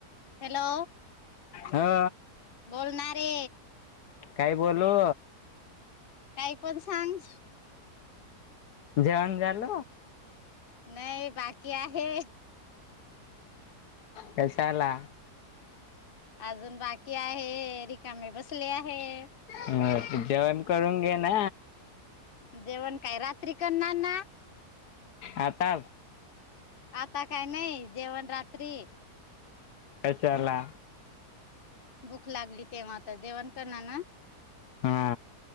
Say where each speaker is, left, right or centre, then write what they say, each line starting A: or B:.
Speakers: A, on the left; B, on the left.
A: हॅलो
B: हा.
A: बोलणा रे!
B: काय बोलू?
A: काही पण सांग!
B: जेवण झाल?
A: नाही बाकी आहे.
B: कशाला?
A: अजून बाकी आहे, रिकामे बसले आहे.
B: अ जेवण करून घेना!
A: जेवण काय रात्री करणार ना!
B: आता
A: आता काय नाही जेवण रात्री
B: कशाला?
A: भूक लागली तेव्हा आता जेवण करणार ना
B: हा